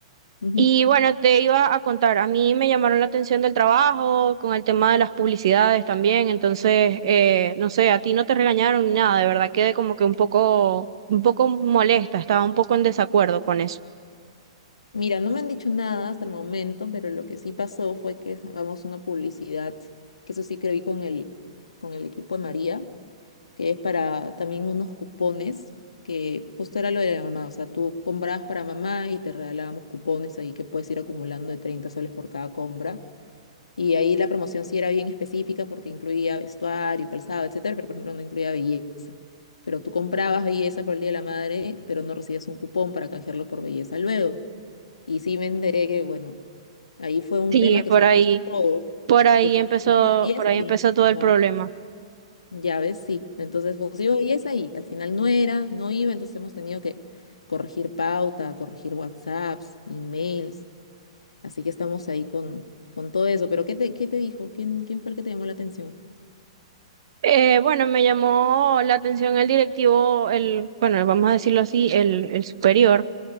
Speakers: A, on the left (about 75°); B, on the right (about 55°).
A: Ujú.
B: Y bueno, te iba a contar, a mí me llamaron la atención del trabajo, con el tema de las publicidades también, entonces, eh, no sé, a ti no te regañaron ni nada, de verdad quedé como que un poco, un poco molesta, estaba un poco en desacuerdo con eso.
A: Mira, no me han dicho nada hasta el momento, pero lo que sí pasó fue que sacamos una publicidad, que eso sí que vi con el, con el equipo de María que es para también unos cupones, que justo era lo de la mamá, o sea, tú comprabas para mamá y te regalábamos cupones ahí que puedes ir acumulando de 30 soles por cada compra. Y ahí la promoción sí era bien específica porque incluía vestuario, calzado, etcétera, pero por ejemplo no incluía belleza. Pero tú comprabas belleza por el Día de la Madre, pero no recibías un cupón para canjearlo por belleza luego. Y sí me enteré que, bueno, ahí fue un
B: Sí,
A: tema que
B: por
A: se nos
B: ahí.
A: pasó a todos,
B: Por ahí
A: que es-
B: empezó,
A: que hicieron belleza
B: por ahí
A: y
B: empezó todo
A: nada.
B: el problema.
A: Ya ves, sí. Entonces, pues yo, y es ahí. Al final no era, no iba, entonces hemos tenido que corregir pauta, corregir WhatsApps, emails. Así que estamos ahí con, con todo eso. Pero ¿qué te, qué te dijo? ¿Quién, quién fue el que te llamó la atención?
B: Eh, bueno, me llamó la atención el directivo, el, bueno, vamos a decirlo así, el, el superior,